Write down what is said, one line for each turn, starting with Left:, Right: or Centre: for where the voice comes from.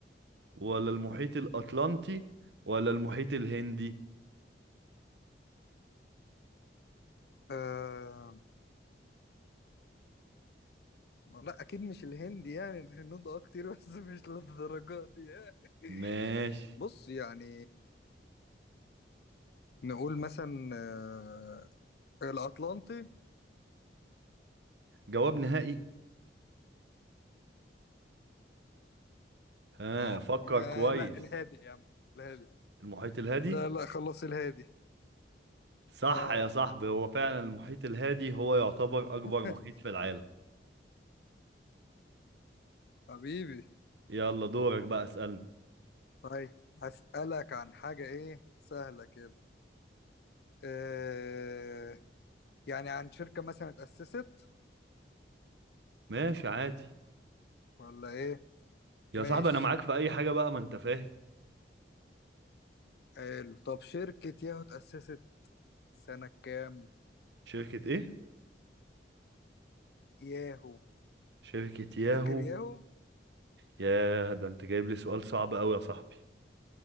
Right: ولا المحيط الاطلنطي ولا المحيط الهندي
Left: آه... لا اكيد مش الهند يعني الهنود اه كتير بس مش للدرجة دي يعني
Right: ماشي
Left: <laughs> بص يعني نقول مثلا آه، الأطلنطي
Right: جواب نهائي ها
Left: اه
Right: فكر
Left: ما
Right: كويس
Left: لا الهادي يا عم الهادي
Right: المحيط الهادي
Left: لا لا خلص الهادي
Right: صح
Left: اه
Right: يا صاحبي هو فعلا المحيط الهادي هو يعتبر أكبر
Left: <laughs>
Right: محيط في العالم
Left: حبيبي
Right: يلا دورك بقى اسألني
Left: طيب هسألك عن حاجة ايه سهلة كده آه يعني عن شركة مثلا اتأسست
Right: ماشي عادي
Left: ولا ايه
Right: يا
Left: ماشي
Right: صاحبي أنا معاك في أي حاجة بقى ما أنت فاهم
Left: حلو طب شركة ياهو اتأسست سنة كام
Right: شركة إيه؟
Left: ياهو
Right: شركة ياهو
Left: فاكر ياهو
Right: ياه ده أنت جايب لي سؤال صعب أوي يا صاحبي